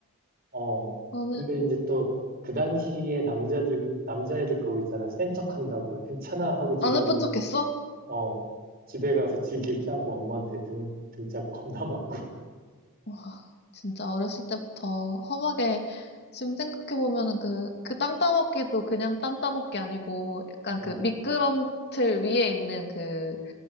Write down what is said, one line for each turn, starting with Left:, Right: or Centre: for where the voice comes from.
Right: 어.
Left: 나는
Right: 근데 이제 또 그 당시에 남자들, 남자애들 그거 있잖아. 센 척한다고. 괜찮아 하고 집에
Left: 안 아픈
Right: 갔는데
Left: 척했어?
Right: 어, 집에 가서 질질 짜고 엄마한테 등, 등짝 겁나 맞고.
Left: 와, 진짜 어렸을 때부터 험하게 지금 생각해보면은 그, 그 땅 따먹기도 그냥 땅 따먹기 아니고 약간
Right: <laughs> 어,
Left: 그 미끄럼틀 위에 있는 그